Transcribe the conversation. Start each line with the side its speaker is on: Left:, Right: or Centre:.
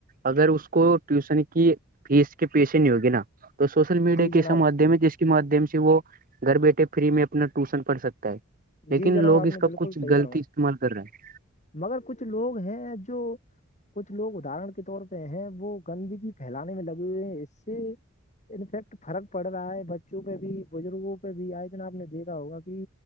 Right: اگر اس کو ٹیوشن کی فیس کے پیشے نہیں ہوگی نا تو سوشل میڈیا
Left: جی جناب
Right: کے مادھیم جس مادھیم سے وہ گھر بیٹھے فری میں اپنا ٹوشن پڑھ سکتا ہے لیکن
Left: جی جناب
Right: لوگ
Left: آپ
Right: اس
Left: نے
Right: کا
Left: بالکل
Right: کچھ
Left: صحیح
Right: لط
Left: فرمایا
Right: ہی استعمال کر رہے ہیں
Left: مگر کچھ لوگ ہیں جو کچھ لوگ ادرن کے طور پہ ہیں وہ گندگی پھیلانے میں لگے ہوئے ہیں اس سے انفیکٹ فرق پڑ رہا ہے بچوں پہ بھی بزرگوں پہ بھی آئے جن آپ نے دیکھا ہوگا کہ